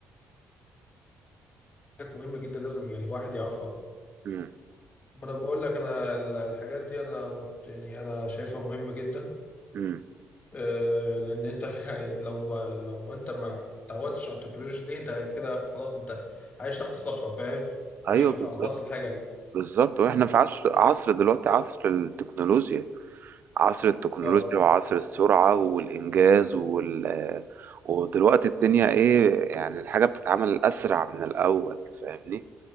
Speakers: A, on the left; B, on the right.
A: حاجات مهمه جدا لازم يعني الواحد يعرفها
B: مم.
A: ما انا بقول لك انا ال- الحاجات دي انا مت- يعني انا شايفها مهمه جدا
B: مم.
A: آه، لان انت <laughs> لو ما لو ما انت ما تعودتش على التكنولوجيا دي انت كده خلاص انت عايش تحت صخره فاهم
B: أيوه
A: عايش في الح-
B: بالظبط
A: عصر الحجري
B: بالظبط وإحنا في عصر عصر دلوقتي عصر التكنولوجيا عصر التكنولوجيا
A: اه
B: وعصر السرعة والإنجاز وال... ودلوقتي الدنيا إيه يعني الحاجة بتتعمل أسرع من الأول فاهمني؟